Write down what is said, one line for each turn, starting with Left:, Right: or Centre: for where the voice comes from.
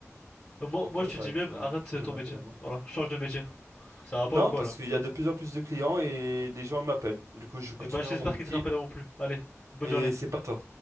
Left: Euh, Moi,
Right: ok,
Left: moi, je te
Right: bah
Left: dis
Right: tu,
Left: même, arrête
Right: tu feras
Left: euh,
Right: jamais
Left: ton métier.
Right: appel à moi.
Left: Voilà, change de métier. Ça va
Right: Non,
Left: pas ou quoi
Right: parce
Left: là?
Right: qu'il y a de plus en plus de clients et les gens m'appellent. Du coup, je continue
Left: Eh ben, j'espère
Right: dans mon métier
Left: qu'il te rappelleront plus. Allez, bonne
Right: et
Left: journée.
Right: c'est pas toi.